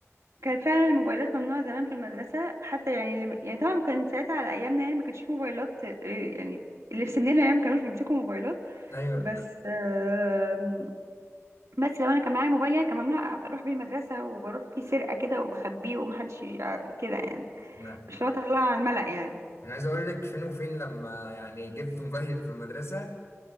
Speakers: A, on the right; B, on the left.
A: كانت فعلا الموبايلات ممنوعة زمان في المدرسة حتى يعني اللي- يعني طبعا كان ساعتها على أيامنا يعني ما كانش فيه موبايلات آه، يعني اللي في سننا يعني ما كانوش بيمسكوا موبايلات
B: ايوه
A: بس آم، بس لو أنا كان معايا موبايل يعني كان ممنوع أروح بيه المدرسة وبروح بيه سرقة كده وبخبيه ومحدش يع- كده يعني
B: لا
A: مش لو أطلع على الملأ يعني
B: انا عايز اقول لك فين وفين لما يعني جبت موبايل في المدرسه